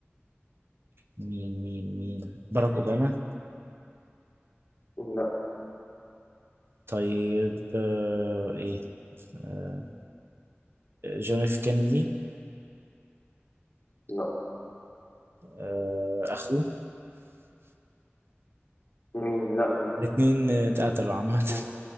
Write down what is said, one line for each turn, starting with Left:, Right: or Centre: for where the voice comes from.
Right: مين مين مين؟ باراك أوباما
Left: لا
Right: طيب آه ايه؟ آه جون اف كينيدي
Left: لا
Right: آه اخوه <laughs>
Left: مين لا مش
Right: الاتنين اتقتلوا
Left: مسموش
Right: عامة
Left: مسموش